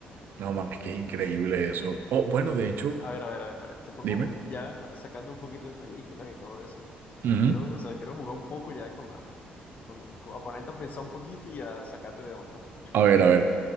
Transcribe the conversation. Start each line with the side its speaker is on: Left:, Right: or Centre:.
Right: No, man, es que es increíble eso. Oh, bueno, de hecho,
Left: A ver, a ver, a ver, a ver, te pongo
Right: dime.
Left: ya sacando un poquito de películas y todo eso.
Right: Ujú.
Left: Quiero, o sea, quiero jugar un poco ya con la, con, con- a ponerte a pensar un poquito y a sacarte de onda.
Right: A ver, a ver.